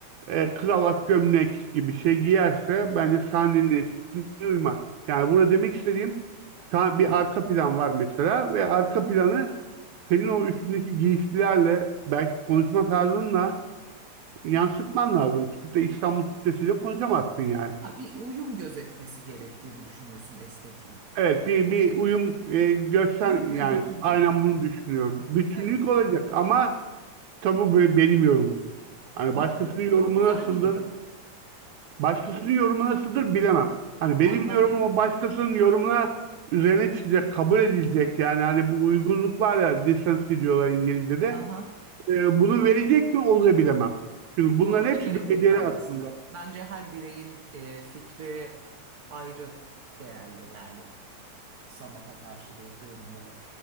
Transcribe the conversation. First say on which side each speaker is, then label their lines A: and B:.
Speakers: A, on the right; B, on the right.
A: e, kravat gömlek gibi şey giyerse bence sahnenin estetikliğine uymaz. Yani burada demek istediğim bir
B: hı.
A: arka plan var mesela ve arka planı senin o üstündeki giysilerle belki konuşma tarzınla yansıtman lazım. Tutup da İstanbul Türkçesiyle konuşamazsın yani.
B: Ha, bir uyum gözetmesi gerektiğini düşünüyorsun estetiğin.
A: Evet bir, bir uyum e, göster
B: Uyum
A: yani
B: ve bütünlük.
A: aynen bunu düşünüyorum. Bütünlük
B: Evet.
A: olacak ama tabii bu benim yorumum. Hani
B: Ama
A: başkasının
B: çok yo,
A: yorumu
B: güzel
A: nasıldır
B: bir yorum.
A: Başkasının yorumu nasıldır bilemem. Hani benim
B: Harmoni.
A: yorumuma başkasının yorumuna üzerine çıkacak, kabul edilecek yani hani bu uygunluk var ya decency diyorlar İngilizce'de.
B: Aha.
A: Ee, bunu verecek mi onu da bilemem. Çünkü bunların
B: Yo, hiç
A: hepsi
B: gerek
A: göreceli
B: yok vermesine.
A: aslında.
B: Bence her bireyin e, fikri ayrı değerli yani sanata karşı bu yorumları.